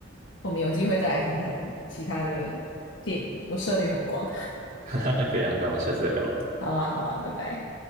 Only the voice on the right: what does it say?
<laughs> 哈哈，可以啊，那我们下次再聊了。